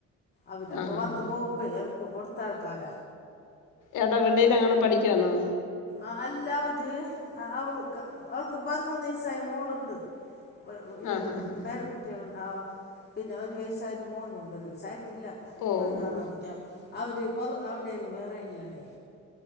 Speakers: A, on the left; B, on the left.
A: അവര്
B: ആ
A: അപ്പൊ
B: ഹാ
A: വന്ന്
B: ഹാ
A: പോകുബഴെ അവര്ക്ക് കൊടുത്തഴക്കാല
B: ഏട വെളി യിലെങ്ങാനോ പഠിക്കുവാന്നോ
A: ആഹ് അല്ല അവര് അവൾക് അവൾക്ക് പതിമൂന്ന് വയസായ മോളുണ്ട് <unintelligible>
B: ആ ഹാ ഹാ ഹാ
A: പേരക്കുട്ടികളുണ്ടാവോ പിന്നെ ഒരു വയസായത് മോനു ഉണ്ട് ഒരു വയസ്സായിട്ടില്ല
B: ഓ
A: പതിന്നാറാന്തിക്കാവും
B: ഓ
A: അവര് പൊറ അവിടെന്നും വേറെല്ലണെ